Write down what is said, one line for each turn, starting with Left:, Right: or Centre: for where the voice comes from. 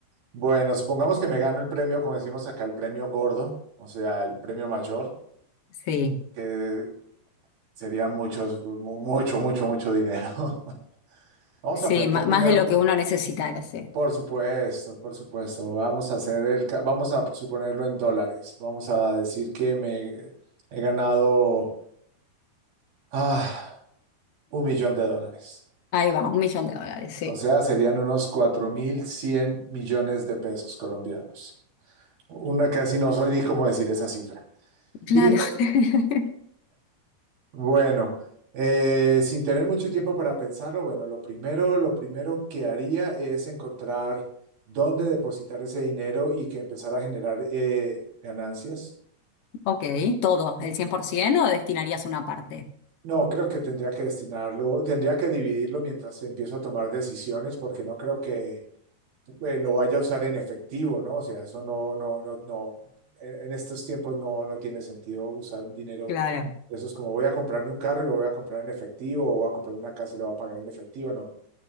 Right: bueno, supongamos que me gano el premio, como decimos acá, el premio gordo, o sea, el premio mayor,
Left: Sí,
Right: que sería muchos, mu- mucho, mucho, mucho dinero. <laughs> Vamos
Left: sí,
Right: a plantear
Left: ma- más
Right: primero,
Left: de lo
Right: cu-
Left: que uno necesitara, sí.
Right: por supuesto, por supuesto, vamos a hacer el, ca- vamos a suponerlo en dólares. Vamos a decir que me he ganado ah, un millón de dólares.
Left: Ahí va, un millón de dólares, sí.
Right: O sea, serían unos 4.100 millones de pesos colombianos. Una casi no soy ni cómo decir esa cifra. Y
Left: Claro. <laughs>
Right: Bueno, eh, sin tener mucho tiempo para pensarlo, bueno, lo primero, lo primero que haría es encontrar dónde depositar ese dinero y que empezar a generar eh, ganancias.
Left: Ok, todo, el 100% o destinarías una parte.
Right: No, creo que tendría que destinarlo, tendría que dividirlo mientras empiezo a tomar decisiones, porque no creo que eh, lo vaya a usar en efectivo, ¿no? O sea, eso no, no, no, no, en en estos tiempos no, no tiene sentido usar un dinero.
Left: Claro.
Right: Eso es como voy a comprarme un carro y lo voy a comprar en efectivo, o voy a comprar una casa y lo voy a pagar en efectivo. No,